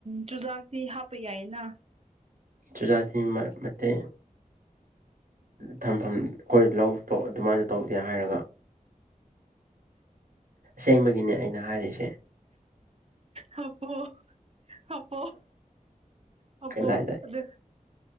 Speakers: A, on the right (about 45°); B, on the right (about 75°).
A: ꯆꯨꯖꯥꯛꯇꯤ ꯍꯥꯞꯄ ꯌꯥꯏꯌꯦꯅ
B: ꯆꯨꯖꯥꯛꯇꯤ ꯃꯠꯃꯇꯦ ꯊꯝꯐꯝ ꯈꯣꯏ ꯂꯧ ꯗꯣ ꯑꯗꯨꯃꯥꯏꯅ ꯇꯧꯗꯦ ꯍꯥꯏꯔꯒ ꯁꯦꯡꯕꯒꯤꯅꯦ ꯑꯩꯅ ꯍꯥꯏꯔꯤꯁꯦ
A: ꯍꯥꯞꯄꯣ ꯍꯥꯞꯄꯣ ꯍꯥꯞꯄꯣ
B: ꯀꯗꯥꯏꯗ
A: ꯑꯗꯨ